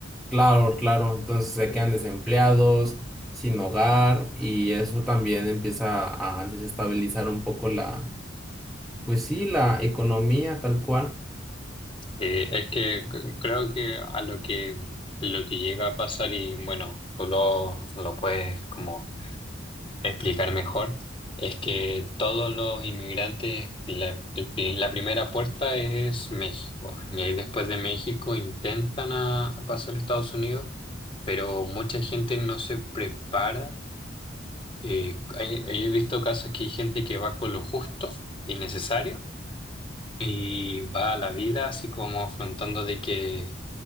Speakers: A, in the centre; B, on the left (about 25°).
A: claro, claro, entonces se
B: Mm.
A: quedan desempleados, sin hogar y eso también empieza a desestabilizar un poco la, pues sí, la economía tal cual.
B: Eh, es que c- creo que a lo que lo que llega a pasar, y bueno, tú lo, lo puedes como explicar mejor, es que todos los inmigrantes, la, el pri- la primera puerta es México, y ahí después de México intentan a- pasar a Estados Unidos, pero mucha gente no se prepara. Eh, hay- he visto casos que hay gente que va con lo justo y necesario y va a la vida así como afrontando de que